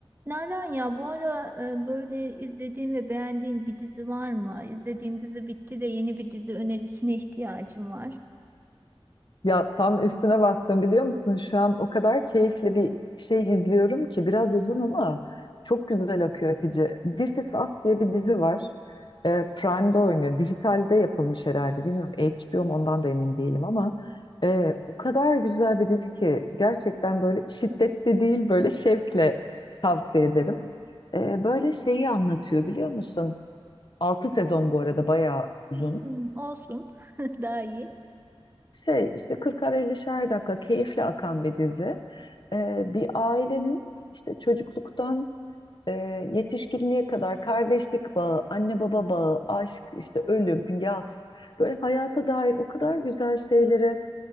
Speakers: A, on the right (about 20°); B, on the left (about 50°).
A: Nalan ya bu ara e, böyle izlediğin ve beğendiğin bir dizi var mı? İzlediğim dizi bitti de yeni bir dizi önerisine ihtiyacım var.
B: Ya tam üstüne bastım biliyor musun? Şu an o kadar keyifli bir şey izliyorum ki biraz uzun ama çok güzel akıyor Hatice. This Is Us diye bir dizi var. Ee, Prime'de oynuyor. Dijitalde yapılmış herhalde. Bilmiyorum HBO mu ondan da emin değilim ama e, o kadar güzel bir dizi ki gerçekten böyle şiddetli değil böyle şevkle tavsiye ederim. Ee, böyle şeyi anlatıyor biliyor musun? 6 sezon bu arada bayağı uzun
A: Hmm, olsun. <laughs> Daha iyi.
B: şey işte 40'ar 50'şer dakika keyifle akan bir dizi. Ee, bir ailenin işte çocukluktan e, yetişkinliğe kadar kardeşlik bağı, anne baba bağı, aşk, işte ölüm, yaz, böyle hayata dair o kadar güzel şeyleri